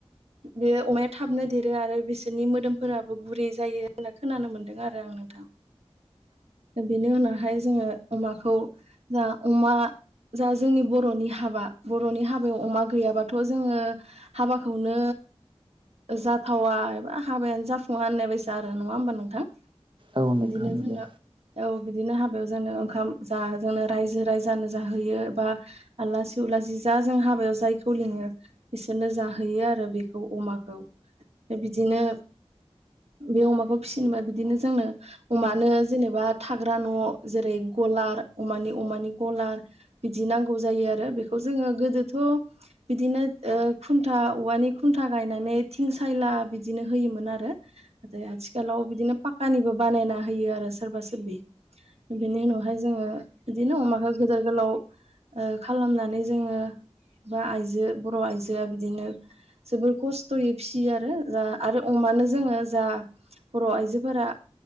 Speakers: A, on the right; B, on the right.
A: बे अमाया थाबनो देरो आरो बिसोरनि मोदोमफोराबो गुरै जायो होनना खोनानो मोनदों आरो। नोंथां बेनि उनावहाय जोङो अमाखौ। जा अमा जा जोंनि बर'नि हाबा बर'नि हाबायाव अमा गैयाबाथ' जोङो हाबाखौनो जाथावा एबा हाबायानो जाफुङा होननाय बायसा आरो नङा होमबा नोंथां?
B: औ नोंथां
A: बिदिनो
B: नंगौ
A: जोंङो औ बिदिनो हाबायाव जोंनो ओंखाम जा जोंनो रायजो राजानो जाहैयो बा आलासि उलासि जा जों हाबायाव जायखौ लिङो। बिसोरनो जाहैयो आरो बेखौ अमाखौ बिदिनो बे अमाखौ फिसिनोबा बिदिनो जोंनो अमानो जेनेबा थाग्रा न' जेरै कलार अमानि अमानि गलार बिदि नांगौ जायो आरो बेखौ जोङो गोदोथ' बिदिनो खुन्था औवानि खुन्था गायनानै थिं सायला बिदिनो होयोमोन आरो। आथिखालाव बिदिनो पाक्कानिबो बानायना होयो आरो सोरबा सोरबि बिनि उनावहाय जोङो। बिदिनो अमाखौ गदोर गोलाव खालामनानै जोङो। बा आइजो बर' आइजोआ बिदिनो जोबोर खस्थ'यै फियो आरो जा आरो अ मानो जोङो जा बर' आइजोफोरा